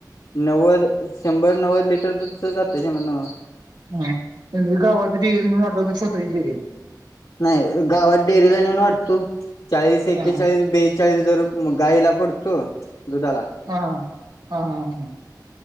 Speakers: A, on the left; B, on the right.
A: नव्वद, शंभर नव्वद लिटर दुधच जातय जमन.
B: हा, हेनजे गवात डेरी <unintelligible> स्वतःची डेरी हाय.
A: नाही गावात डेअरी ला नेऊन वाटतो, चाळी ऐकेचाळीस
B: हा
A: बेच चाळीस दर म गाईला पडतो, दुधाला.
B: हा, हा हा ह.